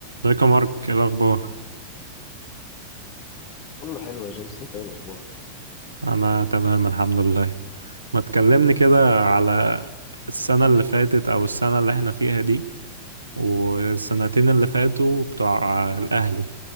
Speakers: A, on the right; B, on the left.
A: ازيك يا مارك ايه الاخبار
B: كله حلو يا جيمس انت ايه الاخبار
A: انا تمام الحمد لله ما تكلمني كده على السنة اللي فاتت او السنة اللي احنا فيها دي والسنتين اللي فاتوا بتوع الاهلي